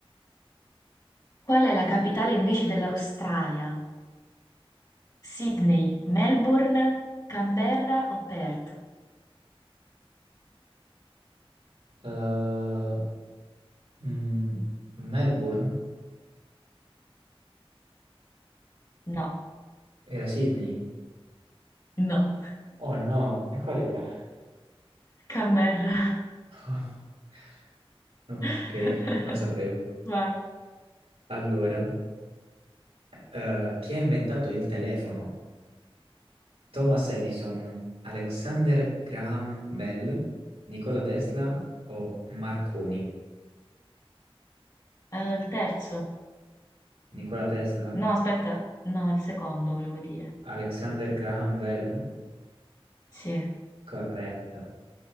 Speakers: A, on the left; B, on the right.
A: qual è la capitale invece dell'Australia? Sydney, Melbourne, Canberra o Perth?
B: Eh, mm, Melbourne?
A: No,
B: Era Sydney?
A: no,
B: Oh no, e qual era?
A: <laughs> Canberra.
B: <laughs> Ok,
A: <laughs>
B: non lo sapevo.
A: Vai.
B: Allora. eh, chi ha inventato il telefono? Thomas Edison, Alexander Graham Bell, Nikola Tesla o Marconi?
A: Eh, il terzo.
B: Nikola Tesla?
A: No, aspetta, no, il secondo volevo dire.
B: Alexander Graham Bell?
A: Sì,
B: Corretto.